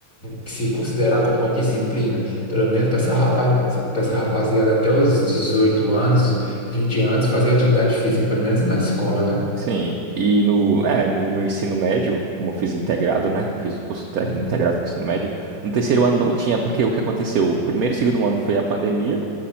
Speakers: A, on the left (about 40°); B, on the right (about 60°).
A: que se considerar como uma disciplina, pelo menos para essa rapaz, para essa rapaziada até os 18 anos, 20 anos, fazer atividade física, pelo menos na escola, né?
B: Sim. E no, é, no meu ensino médio, como eu fiz integrado, né? Fiz o curso técnico
A: Uhum.
B: integrado com o ensino médio. No terceiro ano não tinha, porque o que aconteceu? O primeiro e segundo ano foi a pandemia,